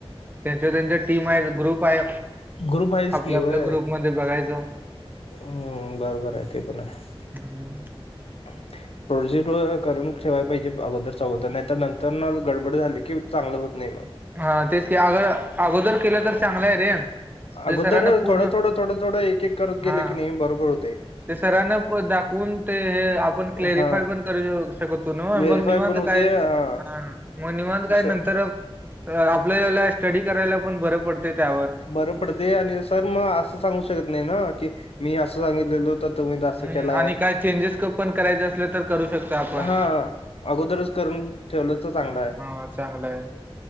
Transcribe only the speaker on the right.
त्यांच्या- त्यांच्या टीम हाय, ग्रुप हाय,
आपल्या
-आपल्या ग्रुपमध्ये बघायचं
हम्म. <inaudible>
हा, तेच की, अग अगोदर केलं तर चांगलं आहे रे ते
सरांना पूर्ण
हा
ते सरांना प दाखवून, ते हे आपण क्लेरिफाय
पण करू अ शकतो तोवर
मग निवांत
काय
ह निवांत काय
नंतर आपल्याला स्टडी करायला पण बर पडते त्यावर
हम्म
आणि काय चेंजेस पण करायचे असल तर करू शकतो आपण.
हां, चांगलं आहे.